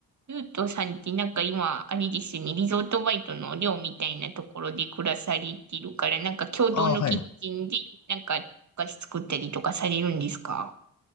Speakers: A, on the right (about 45°); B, on the left (about 50°).
A: ゆうとさんってなんか今、あれですよね、リゾートバイトの寮みたいなところで暮らされてるから、なんか共同のキッチンで、
B: あ、はい。い
A: なんかお菓子作ったりとかされるんですか